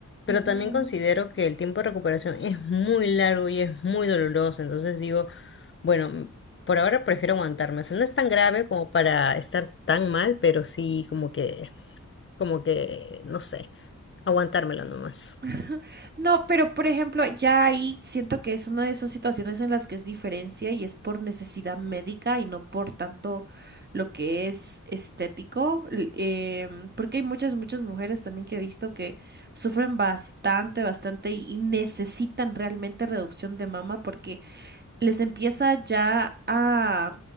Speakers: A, on the left; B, on the right.
A: Pero
B: Ujú.
A: también considero que el tiempo de recuperación es muy largo y es muy doloroso. Entonces digo, bueno, por ahora prefiero aguantarme. O sea, no es tan grave como para estar tan mal, pero sí como que, como que, no sé, aguantármelo nomás.
B: <laughs> No, pero por ejemplo, ya ahí siento que es una de esas situaciones en las que es diferencia y es por necesidad médica y no por tanto lo que es estético, l- em, porque hay muchas, muchas mujeres también que he visto que sufren bastante, bastante y y necesitan realmente reducción de mama porque les empieza ya a...